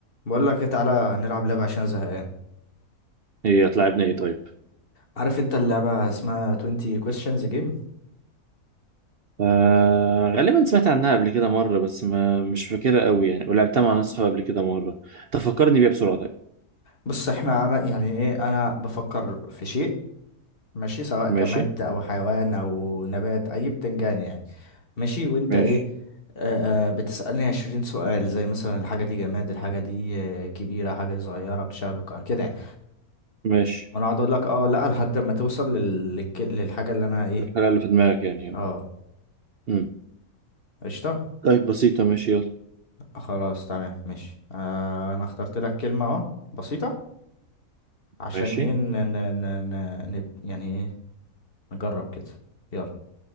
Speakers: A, on the left; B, on the right.
A: بقول لك إيه، تعالى نلعب لعبة عشان زهقان
B: هي هتلاعبنا ايه طيب
A: عارف انت اللعبة اسمها 20 questions game
B: آه غالبا سمعت عنها قبل كده مرة بس ما مش فاكرها قوي يعني ولعبتها مع ناس صحابي قبل كده مرة تفكرني بيها بسرعة طيب
A: بص احنا انا يعني ايه انا بفكر في شيء ماشي سواء
B: ماشي
A: جماد او حيوان او نبات اي بتنجان يعني ماشي وانت
B: ماشي
A: ايه آه آه، بتسألني 20 سؤال زي مثلا الحاجة دي جماد الحاجة دي آه، كبيرة حاجة دي صغيرة بتشتغل بالكهرباء كده يعني
B: ماشي
A: وانا اقعد اقول لك اه لا لحد ما توصل لل... للك- للحاجة اللي انا ايه
B: الحاجة اللي في دماغك يعني اهو
A: اه
B: مم.
A: قشطة
B: طيب بسيطة ماشي يلا
A: خلاص تمام ماشي آه انا اخترت لك كلمة اهو بسيطة عشان
B: ماشي
A: ايه ن... ن... ن... ن... نب- يعني ايه نجرب كده يلا